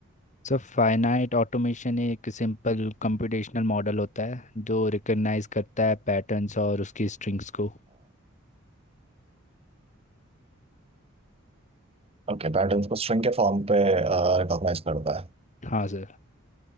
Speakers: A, on the left; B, on the right.
A: सर फाइनाइट ऑटोमेशन एक सिंपल कंप्यूटेशनल मॉडल होता है जो रिकग्नाइज करता है पैटर्न्स और उसकी स्ट्रिंग्स को
B: ओके पैटर्न्स को स्ट्रिंग के फॉर्म पे रिकॉग्नाइज करता है
A: हाँ सर